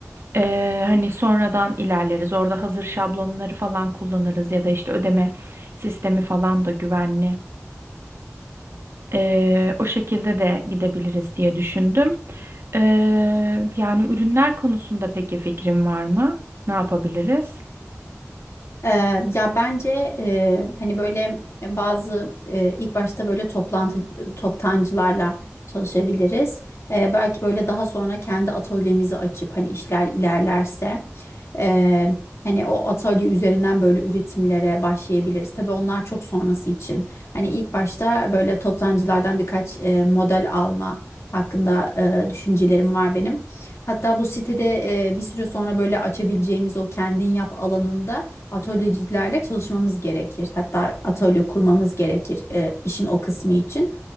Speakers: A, on the right; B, on the left.
A: E, hani sonradan ilerleriz. Orada hazır şablonları falan kullanırız ya da işte ödeme sistemi falan da güvenli. E, o şekilde de gidebiliriz diye düşündüm. E, yani ürünler konusunda peki fikrin var mı? Ne yapabiliriz?
B: Ee, ya bence e, hani böyle e, bazı e, ilk başta böyle toplantı toptancılarla çalışabiliriz. Ee, belki böyle daha sonra kendi atölyemizi açıp hani işler ilerlerse e, hani o atölye üzerinden böyle üretimlere başlayabiliriz. Tabii onlar çok sonrası için. Hani ilk başta böyle toptancılardan birkaç e, model alma hakkında e, düşüncelerim var benim. Hatta bu sitede e, bir süre sonra böyle açabileceğimiz o kendin yap alanında atölyecilerle çalışmamız gerekir. Hatta atölye kurmamız gerekir e, işin o kısmı için.